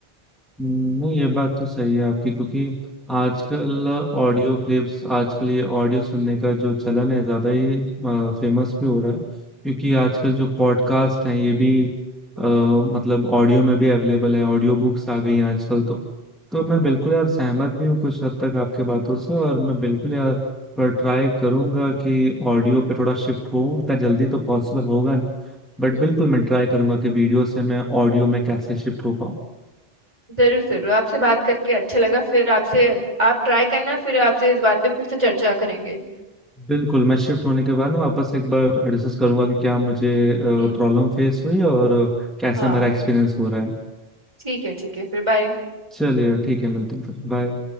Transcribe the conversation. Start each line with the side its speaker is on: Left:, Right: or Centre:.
Centre: हम्म, नहीं ये बात तो सही है आपकी क्योंकि आजकल ऑडियो क्लिप्स आजकल ये ऑडियो सुनने का जो चलन है ज्यादा ही फेमस भी हो रहा है क्योंकि आजकल जो पॉडकास्ट हैं ये भी
Right: हम्म
Centre: आ, मतलब ऑडियो में भी अवेलेबल है ऑडियो बुक्स आ गई हैं आजकल तो तो मैं बिल्कुल यार सहमत भी हूँ कुछ हद तक आपके बातों से और मैं बिल्कुल यार पर ट्राई करूंगा कि ऑडियो पे थोड़ा शिफ्ट हो इतना जल्दी तो पॉसिबल होगा नहीं, बट
Right: हम्म,
Centre: बिल्कुल मैं ट्राई करूंगा कि वीडियो से मैं ऑडियो में कैसे शिफ्ट हो पाऊँ
Right: जरूर जरूर आपसे बात करके अच्छा लगा फिर आपसे आप ट्राई करना फिर आपसे इस बात पे फिर से चर्चा करेंगे
Centre: बिल्कुल मैं शिफ्ट होने के बाद ना वापस एक बार डिस्कस करूंगा कि क्या मुझे प्रॉब्लम
Right: हम्म
Centre: फेस हुई और अ, कैसा
Right: हाँ
Centre: मेरा एक्सपीरियंस हो रहा है
Right: ठीक है ठीक है फिर बाय
Centre: चलिए ठीक है मिलते हैं फिर बाय